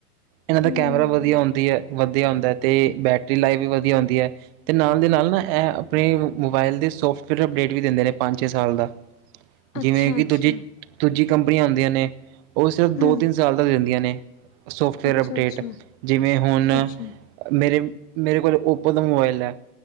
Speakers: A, on the right; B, on the left.
A: ਏਨਾਂ ਦਾ
B: ਹਮ
A: ਕੈਮਰਾ ਵਦੀਆ ਹੁੰਦੀ ਏ, ਵਦੀਆ ਹੁੰਦਾ ਏ ਤੇ ਬੈਟਰੀ ਲਾਈਫ ਵੀ ਵਦੀਆ ਹੁੰਦੀ ਐ। ਤੇ ਨਾਲ ਦੀ ਨਾਲ ਨਾ ਐ ਅਪਨੇ ਮੋਬਾਇਲ ਦੇ ਸੋਫਟਵੇਅਰ ਅਪਡੇਟ ਵੀ ਦੇਂਦੇ ਨੇ ਪੰਜ-ਛੇ ਸਾਲ ਦਾ।
B: <inaudible>
A: ਜਿਵੇਂ ਕਿ
B: ਅੱਛਾ
A: ਦੂਜੀ, ਦੂਜੀ ਕੰਪਨੀਆਂ ਹੋਂਦੀਆਂ ਨੇ। ਓ ਸਿਰਫ
B: ਹਮ
A: ਦੋ ਤਿੰਨ ਸਾਲ ਦਾ ਦੇਂਦੀਆਂ ਨੇ ਸੋਫਟਵੇਅਰ
B: ਅੱਛਾ
A: ਅਪਡੇਟ
B: ਅੱਛਾ
A: ਜਿਵੇਂ ਹੁਨ
B: ਅੱਛਾ
A: ਮੇਰੇ, ਮੇਰੇ ਕੋਲ ਓਪੋ ਦਾ ਮੋਬਾਈਲ ਐ,